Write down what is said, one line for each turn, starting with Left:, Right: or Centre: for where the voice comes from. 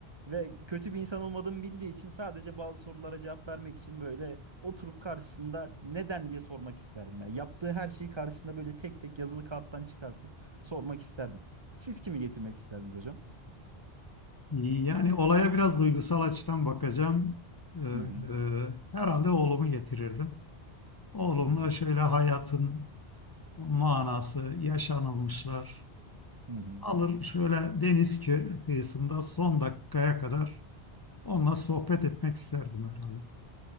Right: Ve kötü bir insan olmadığımı bildiği için sadece bazı sorulara cevap vermek için böyle oturup karşısında neden diye sormak isterdim. ya yaptığı her şeyi karşısında böyle tek tek yazılı kağıttan çıkartıp sormak isterdim. Siz kimi getirmek isterdiniz hocam?
Left: Yani olaya biraz duygusal açıdan bakacağım. Ee, e,
Right: Hı hı.
Left: herhalde oğlumu getirirdim. Oğlumla
Right: Ne güzel.
Left: şöyle hayatın manası yaşanılmışlar.
Right: Hı hı.
Left: Alır şöyle deniz kö- kıyısında son dakikaya kadar onunla sohbet etmek isterdim herhalde.